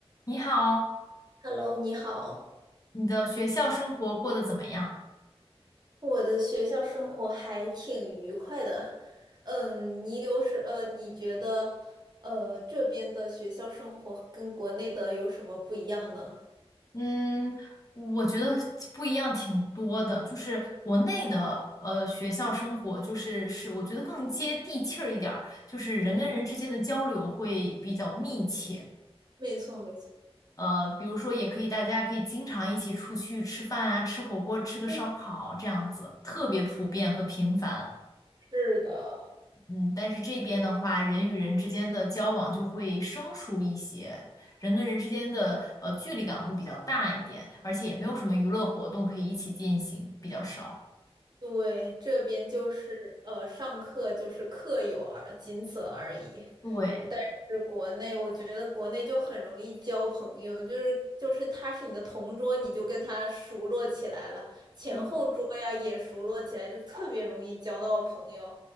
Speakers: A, on the left (about 35°); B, on the right (about 40°).
A: 你好，
B: Hello，你好，
A: 你的学校生活过得怎么样？
B: 我的学校生活还挺愉快的。嗯，你有什呃，你觉得呃这边的学校生活跟国内的有什么不一样呢？
A: 嗯，我觉得不一样挺多的，就是国内的呃学校生活，就是是我觉得更接地气儿一点儿，就是人跟人之间的交流会比较密切。
B: 没，没错，没错。
A: 呃，比如说也可以，大家可以经常一起出去吃饭啊，吃火锅，吃个烧烤这样子，
B: 嗯
A: 特别普遍和频繁。
B: 是的，
A: 嗯，但是这边的话，人与人之间的交往就会生疏一些，人跟人之间的呃距离感会比较大一点，而且也没有什么娱乐活动可以一起进行，比较少。
B: 对，这边就是呃，上课就是课友而仅此而已。
A: 对，
B: 但是国内，我觉得国内就很容易交朋友，就是就是他是你的同桌，你就跟他熟络起来了，前后桌呀也熟络起来，
A: 对，
B: 就特别容易交到朋友。